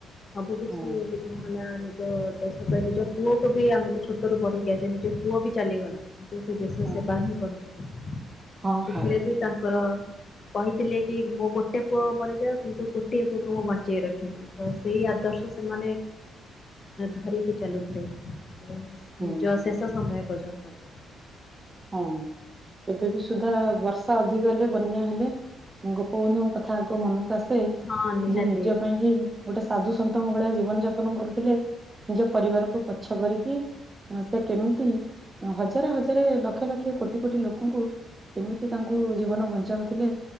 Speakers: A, on the left; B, on the right.
A: ସବୁ କିଛି
B: ହଁ
A: ହେଲା ନିଜ ଦେଶ ପାଇଁ ନିଜ ପୁଅକୁ ବି ଆମେ ତ ଛୋଟ ରୁ ପଢିକି ଆଇଚେ ନିଜ ପୁଅ ବି ଚାଲିଗଲା। କିନ୍ତୁ ସେ ଦେଶ
B: ହଁ
A: ସେବା ହିଁ କରୁଥିଲେ
B: ହଁ
A: ସେଥିରେ
B: ହଁ
A: ବି ତାଙ୍କର କହିଥିଲେ କି ମୋ ଗୋଟେ ପୁଅ ମରିଯାଉ କିନ୍ତୁ କୋଟିଏ ପୁଅକୁ ମୁଁ ବଞ୍ଚେଇ ରଖିବି। ତ ସେଇ ଆଦର୍ଶ ସେମାନେ ଧରିକି ଚାଲୁଥିଲେ। ନିଜ
B: ହୁଁ
A: ଶେଷ ସମୟ ପର୍ଯ୍ୟନ୍ତ ବି।
B: ହଁ ଏବେ ବିି ସୁଦ୍ଧା ବର୍ଷା ଅଧିକ ହେଲେ ବନ୍ୟା ହେଲେ ଗୋପବନ୍ଧୁ କଥ ଥା ଆଗ ମନକୁ ଆସେ
A: ହଁ ନିହାତି
B: ଯିଏ ନିଜ ପାଇଁ କି ଗୋଟେ ସାଧୁ ସନ୍ତଙ୍କ ଭଳିଆ ଜୀବନ ଯାପନ କରୁଥିଲେ ନିଜ ପରିବାରକୁ ପଛ କରିକି। ସେ କେମିତି ହଜାରେ ହଜାରେ ଲକ୍ଷ ଲକ୍ଷ ଲକ୍ଷ କୋଟି କୋଟି ଲୋକଙ୍କୁ ଏମିତି ତାଙ୍କୁ ଜୀବନ ବଞ୍ଚାଉଥିଲେ